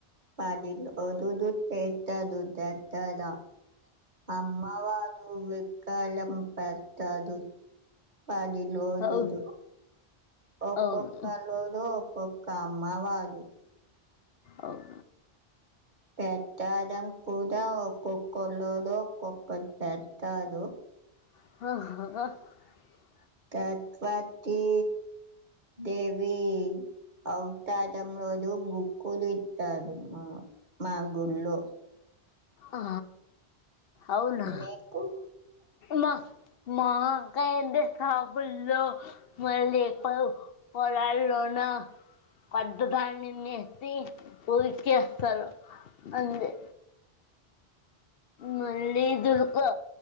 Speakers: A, on the right; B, on the left.
A: పడిలో దదు తత ద తత్తద <unintelligible> అమ్మవారు విక్కాలం పట్టదు బడిలు ఓదుదు
B: అవును
A: ఒక్క
B: అవును
A: ఒక్కళఓదు ఒక్క అమ్మ వారు
B: అ <inaudible>
A: పెట్టడం కూడా ఒక్కొక్క రోజు ఒక్కొక్కటి పెట్టాడు
B: <inaudible>
A: తత్వటి దేవి అవతా తు భూకు తడు మా మా గుళ్ళో
B: ఆ అవునా
A: మీకు
B: మా మా కైతే షాపుల్లో మళ్ళీ పొలాల్లో నా పడ్డదాన్ని నేసి ఊరికిస్తారు అంది మళ్ళీ దుర్కు